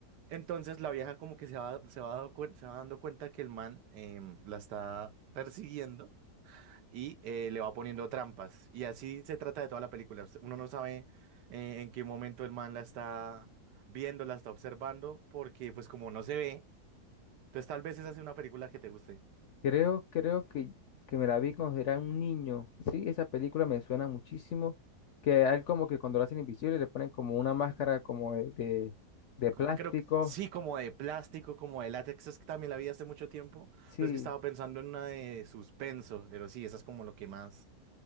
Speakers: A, on the right; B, on the left.
A: Entonces la vieja como que se va, se va, dando cuen- se va dando cuenta que el man em, la está persiguiendo y eh, le va poniendo trampas. Y así se trata de toda la película. Us- Uno no sabe eh, en qué momento el man la está viendo, la está observando, porque pues como no se ve, entonces tal vez esa sea una película que te guste.
B: Creo, creo que, que me la vi cuando era un niño. Sí, esa película me suena muchísimo. Que a él como que cuando lo hacen invisible le ponen como una máscara como de, de, de plástico.
A: Cu- Creo que sí, como de plástico, como de látex, es que también la vi hace mucho tiempo,
B: Sí,
A: pero es que estaba pensando en una de suspenso, pero sí, esa es como lo que más,